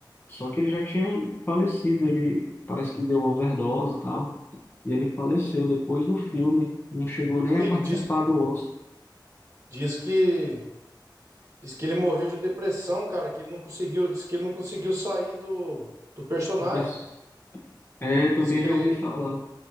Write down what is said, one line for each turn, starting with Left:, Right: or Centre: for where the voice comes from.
Left: Só que ele já tinha falecido, ele parece que deu overdose e tal. E ele faleceu depois do filme, não chegou nem
Right: Amigo,
Left: a participar
Right: diz,
Left: do Oscar.
Right: Diz que diz que ele morreu de depressão, cara, que ele não conseguiu, diz que ele não conseguiu sair do, do personagem.
Left: E pers- É, também
Right: Diz que
Left: já
Right: ele
Left: ouvi falar.